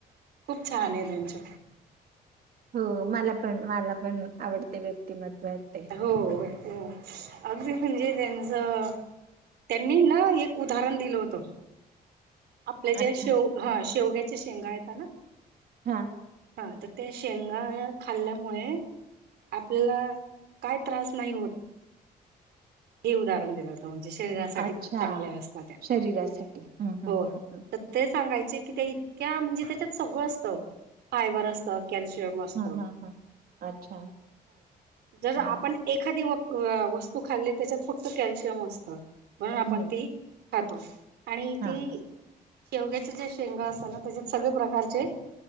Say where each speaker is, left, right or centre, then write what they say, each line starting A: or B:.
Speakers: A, on the right; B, on the right.
A: खूप. छान त्यांच.
B: हो मला पण मला पण आवडते व्यक्तिमत्वात ते..
A: हो हो अगदी म्हणजे त्यांचं.. त्यांनी न एक उदाहरण दिलं होतं! आपले जे
B: अच्छा
A: शेव हा शेवग्याच्या शेंगा आहेत ना..
B: हा.
A: हा तर ते शेंगा खाल्ल्यामुळे आपल्याला.. काय त्रास नाही होत हे उदाहरण दिलं जा.. ण शरीरासाठी
B: अच्छा
A: खूप चांगल्या अस त्या
B: शरीरासाठी हम्म हम्म
A: हो
B: हम्म हम्म
A: तर ते सांगाय.. इतक्या म्हणजे त्याच्यात सगळं असत फायबर असतं कॅल्शियम असत
B: हा हा हा अच्छा ओके
A: जर आपण एखादी वस्तू खाल्ली त्याच्यात फक्त कॅल्शियम असतं म्हणून आपण
B: हम्म
A: ती खातो आणि
B: हा
A: ती शेवग्याचे जे शेंगा असत ना त्याच्यात सगळे प्रकारचे